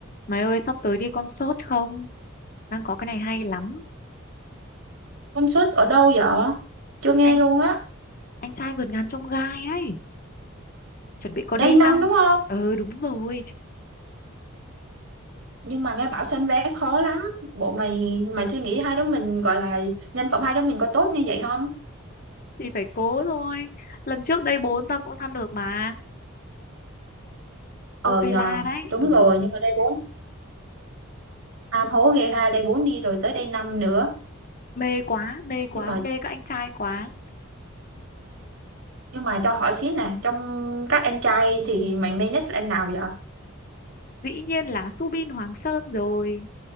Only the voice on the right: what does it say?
Concert ở đâu vậy? Chưa nghe
luôn á.
Đây
năm
đúng không?
Nhưng mà nghe bảo sanh vé khó lắm. Bộ mày mày suy nghĩ hai đứa mình gọi là nhân phẩm hai đứa mình có tốt như vậy không?
Ờ
nhờ,
đúng
rồi, nhưng mà đây bốn Nam hố ghê ha, đây bốn đi rồi tới đây năm nữa.
Nhưng mà
nhưng mà cho hỏi xíu nè, trong các anh trai thì mày mê nhất là anh nào vậy?